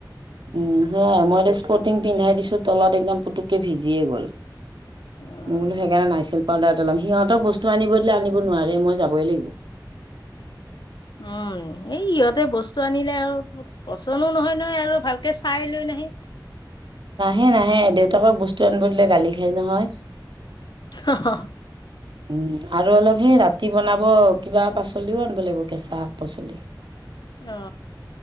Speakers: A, on the right (about 75°); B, on the left (about 65°).
A: উ হেয়াই মই এতিয়া স্পৰ্টিং পিন্ধাই দিছোঁ তলত একদম পুতুককে ভিজিয়ে গ'ল।
B: উম
A: মোলো সেইকাৰণে নাইছিল পাউদাৰ এটা লম সিহঁতক বস্ত- টো আনিব দিলে আনিব নোৱাৰে মই যাবই লাগিব।
B: উম, এই ইহঁতে বস্তু আনিলে আৰু পচনো নহয় নহয় আৰু ভাল কে চাই লৈ নাহে।
A: হে নাহে দেউতাকৰ বস্তু আনিব দিলে গালি খাই যে মই।
B: অ-অ।
A: উম আৰু অলপ সেই ৰাতি বনাব কিবা পাচলিও আনিব লাগিব কেঁচা শাক পাচলি।
B: অ।